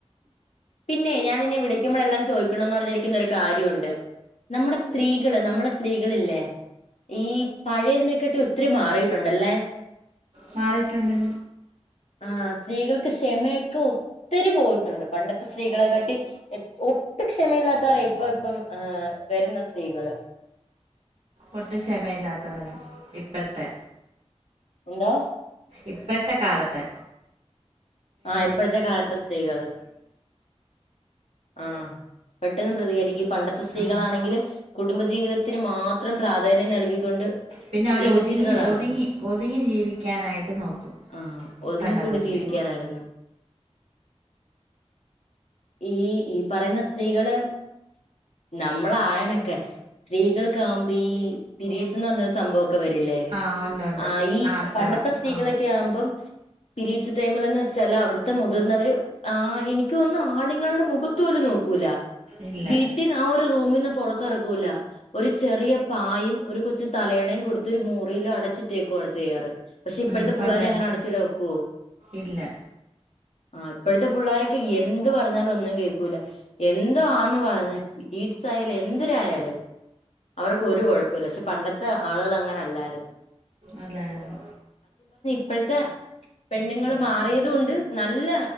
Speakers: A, on the left; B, on the right.
A: പിന്നെ ഞാൻ നിന്നെ വിളിക്കുമ്പോഴെല്ലാം ചോയിക്കണോന്ന് പറഞ്ഞിരിക്കുന്ന ഒരു കാര്യ ഉണ്ട് നമ്മുടെ സ്ത്രീകൾ നമ്മുടെ സ്ത്രീകളില്ലേ ഈ പഴയതിനെക്കാട്ട് ഒത്തിരി മാറിയിട്ടുണ്ടല്ലേ
B: മാറിട്ടുണ്ട്
A: ആ സ്ത്രീകൾക്ക് ക്ഷമെക്കെ ഒത്തിരി പോയിട്ടുണ്ട് പണ്ടത്തെ സ്ത്രീകളെ കാട്ടി ഒട്ടും ക്ഷമയില്ലാത്തവരാ ഇപ്പ ഇപ്പം ഏ വരുന്ന സ്ത്രീകൾ
B: ഒട്ടും ക്ഷമയില്ലാത്തവരാ ഇപ്പത്തെ
A: എന്തോ
B: ഇപ്പഴത്തെ കാലത്ത്
A: ആ ഇപ്പഴത്തെ കാലത്തെ സ്ത്രീകൾ ആ പെട്ടെന്ന് പ്രതികരിക്കും പണ്ടത്തെ സ്ത്രീകളാണെങ്കിൽ
B: ഉം
A: കുടുംബ ജീവിതത്തിന് മാത്രം പ്രാധാന്യം നൽകിക്കൊണ്ട്
B: പിന്നെ അവര്
A: ജീവിച്ചിരുന്നതാണ്
B: ഒതുങ്ങി ഒതുങ്ങി ഒതുങ്ങി ജീവിക്കാനായിട്ട് നോക്കും
A: ആഹ് ഒതുങ്ങിക്കൂടി
B: പണ്ടത്തെ സ്ത്രീകൾ
A: ജീവിക്കാനായിരുന്നു ഈ ഈ പറയുന്ന സ്ത്രീകള് നമ്മളായണേക്കെ സ്ത്രീകൾക്ക് ആവുമ്പോ ഈ പീരിഡ്സ് ന്ന് പറഞ്ഞൊരു സംഭവം ക്കെ വരില്ലേ
B: ആ ഉണ്ട് ഉണ്ട്
A: ആ ഈ
B: ആർത്തവ
A: പണ്ടത്തെ സ്ത്രീകളൊക്കെ
B: ആ
A: ആവുമ്പം പീരിഡ്സ് ടൈമിലെന്ന് വെച്ചാല് അവിട്ത്തെ മുതിർന്നവര് ആ എനിക്കൊന്നും ആണുങ്ങളുടെ മുഖത്ത് പോലും നോക്കൂല
B: ഇല്ല
A: വീട്ടിന്ന് ആ ഒരു റൂമിന്ന് പൊറത്ത് എറക്കൂല ഒരു ചെറിയ പായും ഒരു കൊച്ചു തലയെണയും കൊടുത്ത് ഒരു മുറിയിൽ അടച്ചിട്ടേക്കുവയാണ് ചെയ്യാറ് പക്ഷെ ഇപ്പഴത്തെ
B: ഉം
A: പുള്ളേരെ
B: പണ്ടേ കാലത്ത്
A: അങ്ങനെ അടച്ചിടാൻ ഒക്കോ
B: ഇല്ല
A: ആ ഇപ്പഴ്‌ത്തെ പുള്ളോരൊക്കെ എന്ത് പറഞ്ഞാലും ഒന്നും കേക്കൂല എന്തോ ആന്ന് പറഞ്ഞ് പിരിഡ്‌സ് ആയാലും എന്തിരായാലും അവർക്ക് ഒരു കൊഴപ്പം ഇല്ല പക്ഷെ പണ്ടത്തെ ആളുകൾ അങ്ങനെ അല്ലായിര്
B: അല്ലായിരുന്നു
A: ഇപ്പഴ്ത്തെ പെണ്ണുങ്ങൾ മാറിയത് കൊണ്ട് നല്ല